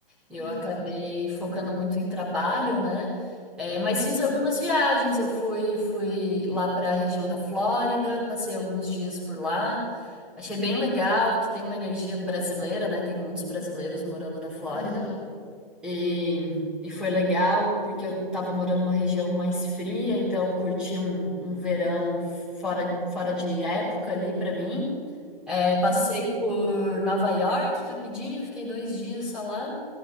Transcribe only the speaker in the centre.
Eu
acabei focando muito em trabalho, né? É, mas
fiz algumas viagens. Eu fui, fui lá para a região da Flórida, passei alguns dias por lá. Achei bem legal que tem uma energia brasileira, né? Tem muitos brasileiros morando na Flórida.
E, e foi legal porque eu estava morando numa região mais fria, então curti um, um verão fora, fora de época ali para mim. É, passei
por Nova York rapidinho, fiquei dois dias só lá.